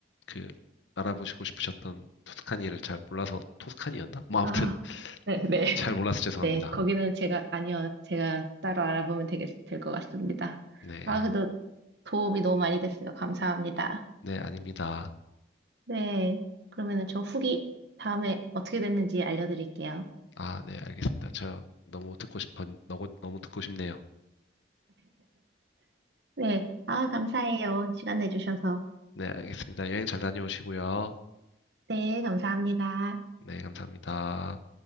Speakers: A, on the left; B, on the right.
A: 그 알아보시고 싶으셨던 토스카니를 잘 몰라서 토스카니였나? 뭐 아무튼
B: 아, 네네.
A: 잘 몰라서 죄송합니다.
B: 네, 거기는 제가, 아니요, 제가 따로 알아보면 되겠, 될 것 같습니다.
A: 네,
B: 아, 그래도 도움이 너무 많이 됐어요. 감사합니다.
A: 네 아닙니다.
B: 네, 그러면은 저 후기 다음에 어떻게 됐는지 알려드릴게요.
A: 아, 네 알겠습니다. 저 너무 듣고 싶어 너무 너무 듣고 싶네요.
B: 네, 아, 감사해요. 시간 내주셔서.
A: 네 알겠습니다. 여행 잘 다녀오시고요.
B: 네, 감사합니다.
A: 네 감사합니다.